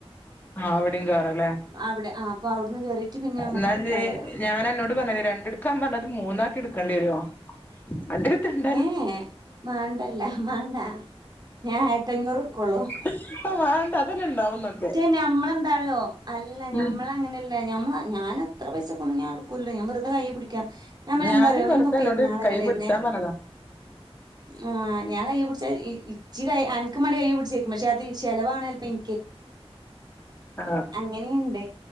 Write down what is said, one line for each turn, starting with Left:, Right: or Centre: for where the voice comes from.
Left: ആ അവ്‌ടിം കേറ ലെ
Right: അവിടെ ആ അപ്പൊ അവിടുന്ന് കേറിട്ട് പിന്നെ നമ്മുക്കവിടെ
Left: ന്നാ ഇജ്ജ്
Right: പോരാ
Left: ഞാന് അന്നോട് പർഞ്ഞത് രണ്ട് ക്കാം പർഞ്ഞത് മൂന്നാക്കി ഇട്ക്കണ്ടി വരോ അന്റട്ത്ത് ഇ
Right: ഏ ഏ മാണ്ടല്ല മാണ്ട ഞാൻ ആയിത്തഞ്ഞൂറ് ഇട്ക്കെള്ളു
Left: ഇപ്പം. വാണ്ട അതന്നെ ഇണ്ടാവുന്നൊക്കെ
Right: ഞമ്മളെന്താറിയോ അല്ല ഞമ്മളെ
Left: ഉം
Right: അങ്ങനല്ല ഞമ്മള ഞാന് അത്ര പൈസക്കൊന്നും ഞാ ഇട് ക്കൂല ഞാൻ വെറ്ത കയ്യ് പിടിക്ക ഞാൻ
Left: ഞാനും
Right: എന്താറിയോ
Left: വെറുതെ
Right: ഇഞ്ഞിപ്പ
Left: അന്നോട്
Right: പെര്ന്നാളല്ലേ
Left: കൈ
Right: വര്നെ
Left: പിടിച്ചാൻ പറഞ്ഞതാ
Right: ആ ഞാൻ കയ്യി പിട്ച്ച ഇ ഇച്ചി കൈ അൻക്ക് മാണ്ടി കയ്യ് പിടിച്ചേക്കും പക്ഷെ അത് ചെലവാണ് ചെൽപ്പ ഇൻ
Left: ആഹ്
Right: അങ്ങനിണ്ട്